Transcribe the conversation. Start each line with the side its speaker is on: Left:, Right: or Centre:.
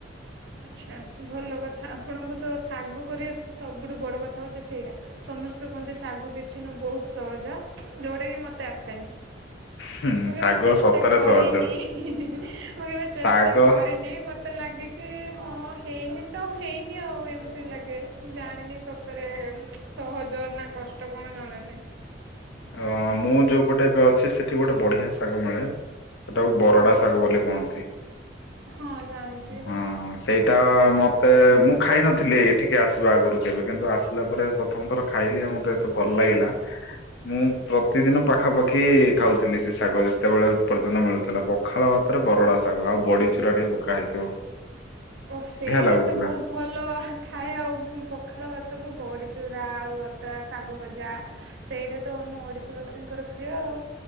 Right: ଆଛା ଭଲ କ ଆପଣଙ୍କୁ ତ ଶାଗ କରିଆସୁଛି ସବୁଠୁ ବଡ କଥା ହଉଚ ସେଇଟା ସମସ୍ତେ କୁହନ୍ତି ଶାଗ କିଛି ନୁ ବହୁତ ସହଜ ଯୋଉଟା କି ମତେ ଆସେନି।
Left: ହୁଁ
Right: ମୁଁ କେବେ
Left: ଶାଗ
Right: ଚେଷ୍ଟା
Left: ସତରେ
Right: କରିନି
Left: ସହଜ
Right: ହିଁ ହିଁ ହିଁ ହିଁ ମୁଁ କେବେ ଚେଷ୍ଟା
Left: ଶାଗ
Right: କରିନି ମତେ ଲାଗେ
Left: <unintelligible>
Right: କି ହଁ ହେଇନି ତ ହେଇନି ଆଉ। ଏମିତି ଲାଗେ ଜାଣିନି ସତରେ ସହଜ ନା ନା କଷ୍ଟ କଣ ଜଣାନାହିଁ।
Left: ଅ ମୁଁ ଯୋଉ ପଟେ ଏବେ ଅଛି। ସେଠି ଗୋଟେ ବଢିଆ ଶାଗ ମିଳେ ସେଟାକୁ ବରଡା
Right: ଆଚ୍ଛା
Left: ଶାଗ ବୋଲି କୁହନ୍ତି।
Right: ହଁ ଜାଣିଛି।
Left: ହଁ ସେଇଟା ମତେ ମୁଁ ଖାଇନଥିଲି ଏଠିକି ଆସିବା ଆଗରୁକୁ କେବେ କିନ୍ତୁ ଆସିଲା ପରେ ପ୍ରଥମ ଥର ଖାଇଲି ଆଉ ମତେ ଏତେ ଭଲ ଲାଗିଲା ମୁଁ ପ୍ରତିଦିନ ପାଖ ପାଖାପାଖି ଖାଉଥିଲି ସେ ଶାଗ ଯେତେବେଳେ ପର୍ଯ୍ୟନ୍ତ ମିଳୁଥିଲା ପଖାଳ ଭାତରେ ବରଡ଼ା ଶାଗ ଆଉ ବଡ଼ି ଚୁରାଟିକେ ପକା ହେଇଥିବ
Right: ଓ ସେଇଟା
Left: ଲାଗୁଥିଲା
Right: ତ ବହୁତ ଭଲ ଥାଏ ଆଉ ପଖାଳ ଭାତକୁ ବଢିଚୁରା ଆଳୁ ଶାଗ ଭଜା ସେଇଟା ତ ଆମ ଓଡ଼ି ବାସୀଙ୍କର ପ୍ରିୟ ଆଉ